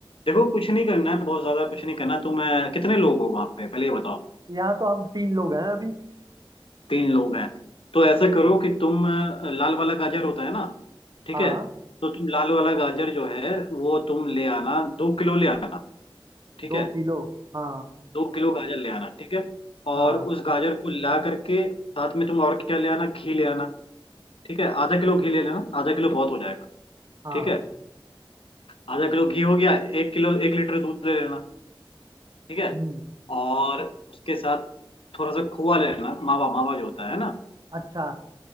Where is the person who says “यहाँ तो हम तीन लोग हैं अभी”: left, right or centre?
Right